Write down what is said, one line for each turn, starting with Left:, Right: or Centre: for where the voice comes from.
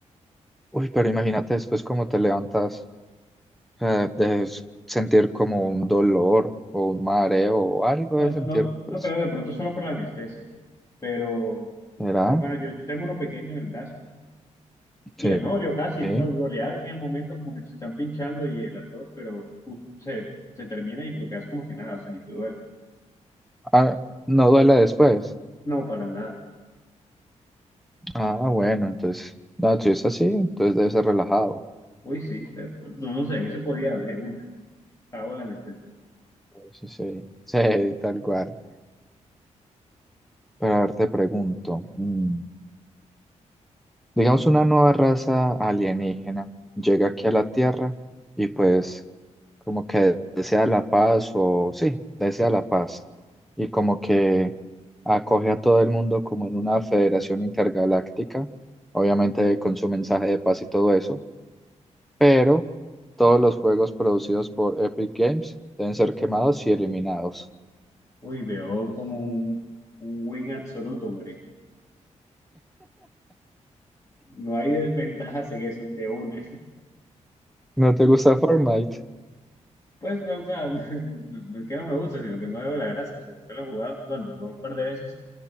Centre: uy, pero imagínate después cómo te levantas, eh, de s- sentir como un dolor o un mareo o algo
Left: No,
Centre: de sentir,
Left: no, no
Centre: pues,
Left: creo, de pronto solo por la anestesia, pero,
Centre: ¿será?
Left: pero bueno, yo, yo tengo uno pequeño en el brazo y
Centre: Sí.
Left: el no dolió casi,
Centre: sí.
Left: o sea, dolía en el momento como que te están pinchando y el ardor, pero uf, se, se termina y tú quedas como si nada, o sea, ni te duele.
Centre: Ah, no duele después.
Left: No, para nada.
Centre: Ah, bueno, entonces, no, si es así, entonces debe ser relajado.
Left: Uy, sí, de- no, no sé, ¿qué se podía de una? Hago la anestesia.
Centre: Sí, sí, <laughs> sí, tal cual. Pero a ver, te pregunto, mm, digamos una nueva raza alienígena llega aquí a la Tierra y pues como que desea la paz o sí, desea la paz y como que acoge a todo el mundo como en una federación intergaláctica, obviamente con su mensaje de paz y todo eso. pero todos los juegos producidos por Epic Games deben ser quemados y eliminados.
Left: Uy, veo como un, un win absoluto, hombre. No hay desventajas en eso de una.
Centre: ¿No te gusta Fortnite?
Left: Pues, no, o sea, <laughs> no es que no me gusta, sino que no le veo la gracia. O sea, nunca lo he jugado. Bueno, lo jugué un par de veces,